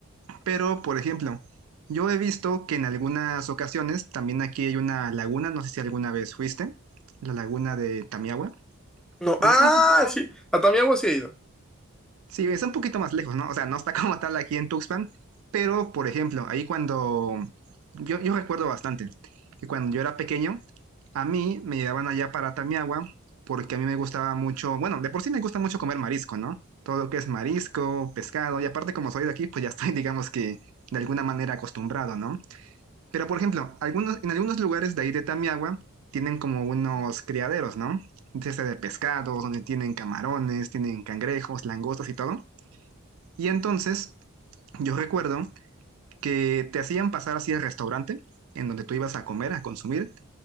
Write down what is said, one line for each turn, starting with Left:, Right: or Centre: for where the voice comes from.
Right: Pero, por ejemplo, yo he visto que en algunas ocasiones, también aquí hay una laguna, no sé si alguna vez fuiste, la laguna de Tamiahua,
Centre: No,
Right: aunque
Centre: ah,
Right: está un, po-
Centre: sí, a Tamiagua sí he ido.
Right: sí, está un poquito más lejos, ¿no? O sea, no está <laughs> como tal aquí en Tuxpan, pero, por ejemplo, ahí cuando, yo, yo recuerdo bastante que cuando yo era pequeño, A mí me llevaban allá para Tamiagua porque a mí me gustaba mucho, bueno, de por sí me gusta mucho comer marisco, ¿no? Todo lo que es marisco, pescado, y aparte como soy de aquí, pues ya estoy, <laughs> digamos que, de alguna manera acostumbrado, ¿no? Pero por ejemplo, algunos, en algunos lugares de ahí de Tamiagua tienen como unos criaderos, ¿no? Desde de pescados, donde tienen camarones, tienen cangrejos, langostas y todo. Y entonces yo recuerdo que te hacían pasar así al restaurante en donde tú ibas a comer, a consumir,